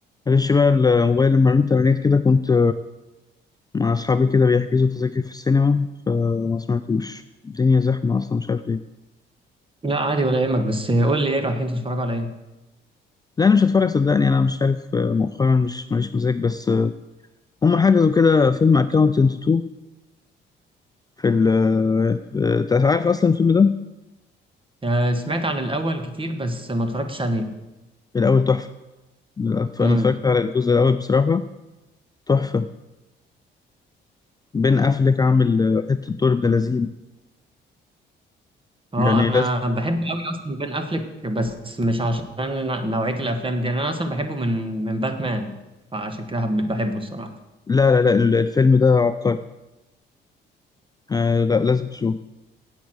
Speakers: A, on the left (about 20°); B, on the right (about 25°).
A: معلش بقى الموبايل لما رنت على النت كده كنت مع أصحابي كده بيحجزوا تذاكر في السينما فما سمعتوش الدنيا زحمة أصلا مش عارف ليه
B: لا عادي ولا يهمك بس قول لي ايه رايحين تتفرجوا على ايه
A: لا أنا مش هتفرج صدقني أنا مش عارف مؤخرا مش ماليش مزاج بس هم حجزوا كده فيلم أكاونتنت 2 في ال أنت عارف أصلا الفيلم ده
B: آه، سمعت عن الاول كتير بس ما اتفرجتش عليه
A: الأول تحفة أنا
B: امم
A: اتفرجت على الجزء الأول بصراحة تحفة بين أفلك عامل حتة دور ابن لذين
B: اه
A: يعني
B: انا
A: لازم
B: بحب قوي اصلا بين افليك بس مش عشان ن- نوعيه الافلام دي انا اصلا بحبه من من باتمان فعشان كده حب- بحبه الصراحه
A: لا لا لا الفيلم ده عبقري آه، لا لازم تشوف